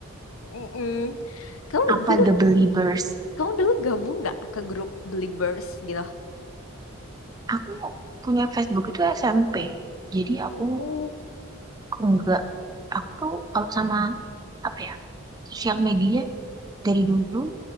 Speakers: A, on the left; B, on the right.
A: Mm-mm. Kamu
B: Apa
A: dulu,
B: the believers.
A: kamu dulu gabung nggak ke grup Beliebers gitu?
B: Aku punya Facebook itu SMP. Jadi aku
A: Mm.
B: enggak. Aku tuh kalau sama apa ya sosial media dari dulu